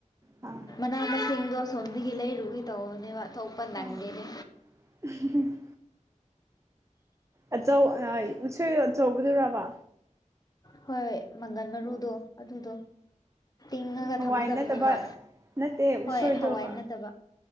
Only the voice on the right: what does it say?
ꯑꯥ
ꯑꯥ <unintelligible> ꯑꯆꯧ ꯑꯥ ꯎꯁꯣꯏ ꯑꯆꯧꯕꯗꯨꯔꯥꯕꯥ
ꯑꯣ
ꯍꯋꯥꯏ
ꯅꯠꯇꯕ ꯅꯠꯇꯦ
ꯎꯁꯣꯏꯗꯣꯕ